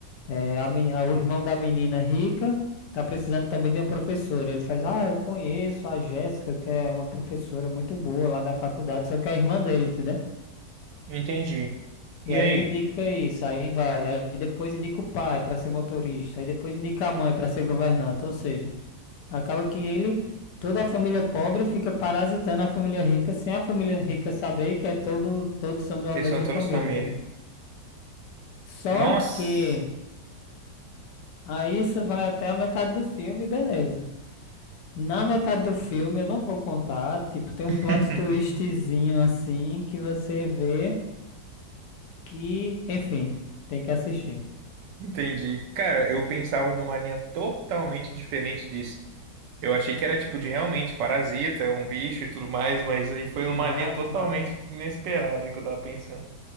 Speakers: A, on the left (about 75°); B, on the right (about 75°).
A: eh, a, men- a- o irmão da menina rica tá precisando também de uma professora. Ele faz, ah, eu conheço a Jéssica, que é uma professora muito boa lá da faculdade, só que é a irmã dele, entendeu?
B: entendi.
A: E
B: E
A: aí
B: aí?
A: ele indica isso, aí vai, aí depois indica o pai para ser motorista, aí depois indica a mãe para ser governanta, ou seja. Acaba que ele, toda a família pobre fica parasitando a família rica, sem a família rica saber que é todo, todos são de uma
B: Que
A: mesma
B: são todas
A: família,
B: família.
A: entendeu? Só
B: Nossa!
A: que aí isso vai até a metade do filme, beleza. Na metade do filme eu não vou contar, tipo, tem um
B: <laughs>
A: plot twistzinho assim que você vê que, enfim, tem que assistir.
B: Entendi. Cara, eu pensava numa linha totalmente diferente disso. Eu achei que era tipo de realmente parasita, um bicho e tudo mais, mas aí foi numa
A: Nada,
B: linha totalmente
A: nada.
B: inesperada que eu tava pensando.